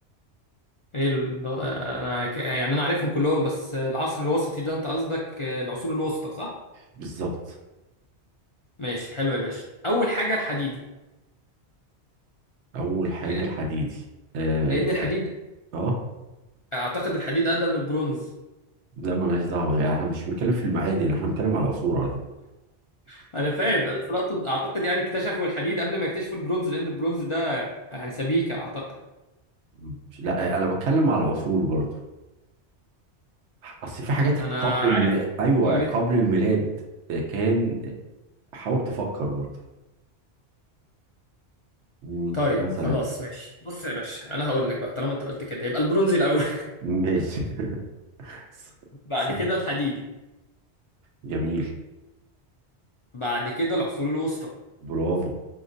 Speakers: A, on the left; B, on the right.
A: ايه ال... انا ك... يعني انا عارفهم كلهم بس العصر الوسطي ده انت قصدك العصور الوسطى صح
B: بالظبط
A: ماشي حلو يا باشا اول حاجه الحديدي
B: اول حاجة
A: لان
B: الحديدي آه
A: لان
B: مش
A: الحديد
B: عارف. اه
A: اعتقد الحديد اقدم من البرونز
B: لا ملهاش دعوة يعني احنا مش بنتكلم في المعادن احنا بنتكلم على العصور على فكرة
A: <laughs> انا فاهم بس أنا أقصد- اعتقد يعني اكتشفوا الحديد قبل ما يكتشفوا البرونز لان البرونز ده يعني سبيكه اعتقد
B: مش- لا انا بتكلم على العصور برضه اصل في حاجات
A: ما انا
B: قبل الم...
A: عارف
B: ايوه
A: ما بي-
B: قبل الميلاد كان حاول تفكر برضه مم،
A: طيب
B: مثلا
A: خلاص ماشي بص يا باشا انا هقول لك بقى طالما انت قلت كده يبقى البرونزي الاول
B: ماشي <laughs> ص-
A: بعد
B: صح
A: كده الحديدي
B: جميل
A: بعد كده العصور الوسطى
B: برافو